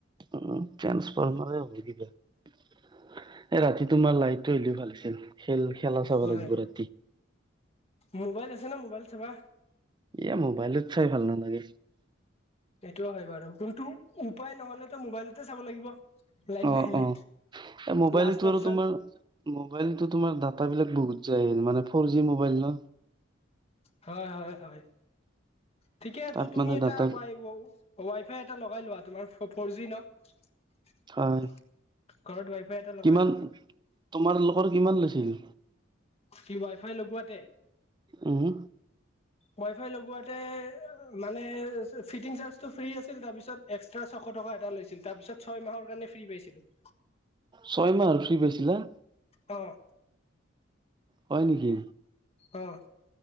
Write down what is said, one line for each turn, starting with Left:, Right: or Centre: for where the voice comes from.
Right: উম ট্ৰেঞ্চফৰ্মাৰে হব কিবা এ ৰাতি তোমাৰ লাইটটো আহিলেহে ভাল আছিল। খেল খেলা চাব
Left: হয়
Right: লাগিব ৰাতি।
Left: মোবাইল আছে না, মোবাইলত চাবা।
Right: এয়া, মোবাইলত চাই ভাল নালাগে।
Left: সেইটোও হয় বাৰু, কোনটো উপায় নহলে তো মোবাইলতে চাব লাগিব লাইন
Right: অ
Left: নাহিলে।
Right: অ এ, মোবাইলতো
Left: লাষ্ট অপচন
Right: আৰু তোমাৰ মোবাইলতো তোমাৰ ডাটা বিলাক বহুত যায় মানে ফ'ৰ জি মোবাইল ন,
Left: হয় হয় হয় ঠিকেইতো
Right: তাত
Left: তুমি
Right: মানে
Left: এটা
Right: ডাটা
Left: ৱাইবহম ৱাইফাই এটা লগাই লোৱা। তোমাৰ ফৰ জি ন, ঘৰত
Right: হয়
Left: ৱাইফাই এটা লগাই
Right: কিমান
Left: লোৱা।
Right: তোমাৰ লোকৰ কিমান লৈছিল।
Left: কি ৱাই ফাই লগোৱাতে।
Right: ওহো
Left: ৱাইফাই লগোৱাতে মানে ফিটিং চাৰ্জটো ফ্ৰী আছিল তাৰপিছত, এক্সট্ৰা ছশ টকা এটা লৈছিল তাৰ পিছত ছয় মাহৰ কাৰণে ফ্ৰী পাইছিলো।
Right: ছয় মাহ আৰু ফ্ৰী পাইছিলা?
Left: অঁ।
Right: হয় নেকি?
Left: অ'